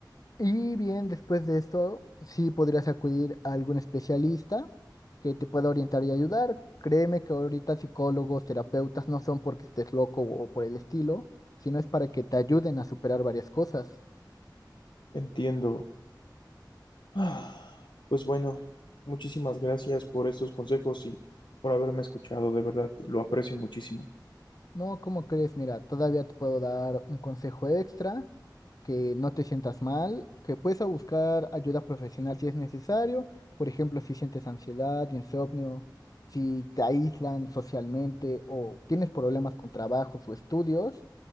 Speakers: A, on the left (about 50°); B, on the left (about 80°).
A: Y bien, después de esto, sí podrías acudir a algún especialista que te pueda orientar y ayudar. Créeme que ahorita psicólogos, terapeutas no son porque estés loco o por el estilo, sino es para que te ayuden a superar varias cosas.
B: Entiendo. Ah, Pues bueno, muchísimas gracias por estos consejos y por haberme escuchado, de verdad, lo aprecio muchísimo.
A: No, ¿cómo crees? Mira, todavía te puedo dar un consejo extra que no te sientas mal, que puedes a buscar ayuda profesional si es necesario, por ejemplo, si sientes ansiedad, insomnio, si te aíslan socialmente o tienes problemas con trabajos o estudios